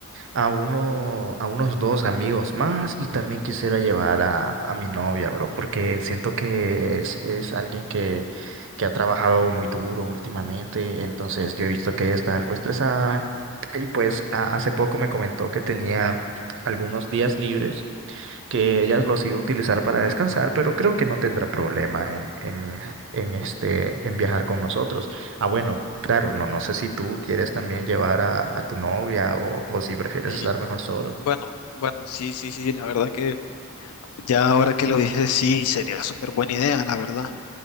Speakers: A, on the right; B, on the left.
A: a uno, a unos dos amigos más y también quisiera llevar a, a mi novia, bro, porque siento que es, es alguien que, que ha trabajado muy duro últimamente, entonces yo he visto que ella está algo estresada y pues a- hace poco me comentó que tenía algunos días libres que ellas los iba a utilizar para descansar, pero creo que no tendrá problema en, en, en este, en viajar con nosotros. Ah, bueno, y claro, no, no sé si tú quieres también llevar a, a tu novia o, o si prefieres
B: Y
A: estar mejor solo.
B: bueno, bueno, sí, sí, sí, la verdad que ya ahora que lo dices, sí, sería súper buena idea, la verdad.